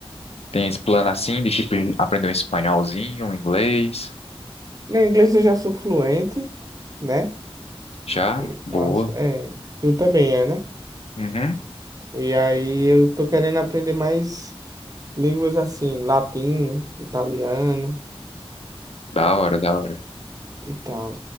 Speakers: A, on the left; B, on the right.
A: Tem esse plano assim de tipo aprender um espanholzinho, um inglês.
B: No inglês eu já sou fluente, né?
A: Já?
B: E
A: Boa.
B: faço, é, tu também é, né?
A: Uhum.
B: E aí eu tô querendo aprender mais línguas assim, latim, italiano
A: Da hora, da hora.
B: e tal.